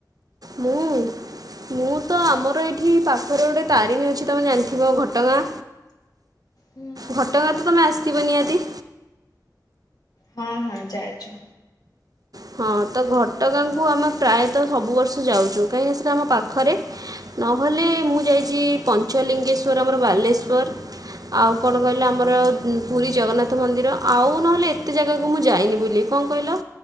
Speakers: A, on the right; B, on the left.
A: ମୁଁ? ମୁଁତ ଆମର ଏଇଠି ପାଖରେ ଗୋଟେ ତାରିଣୀ ଅଛି ତମେ ଜାଣିଥିବ ଘଟଗାଁ?
B: ହୁଁ ହୁଁ।
A: ଘଟଗାଁତ ତମେ ଆସିଥିବ ନିହାତି?
B: ହଁ ହଁ ଯାଇଚୁ।
A: ହଁ ତଘଟଗାଁକୁ ଆମେ ପ୍ରାୟତଃ ସବୁ ବର୍ଷ ଯାଉଚୁ କାହିଁକିନା ସେଇଟା ଆମ ପାଖରେ ନହେଲେ ମୁଁ ଯାଇଚି ପଞ୍ଚଲିଙ୍ଗେଶ୍ଵର ଆମର ବାଲେଶ୍ଵର ଆଉ କଣ କହିଲ ଆମର ପୁରୀ ଜଗନ୍ନାଥ ମନ୍ଦିର ଆଉ ନହେଲେ ଏତେ ଜାଗାକୁ ମୁଁ ଯାଇନି ବୁଲି। କଁ କଇଁଲ?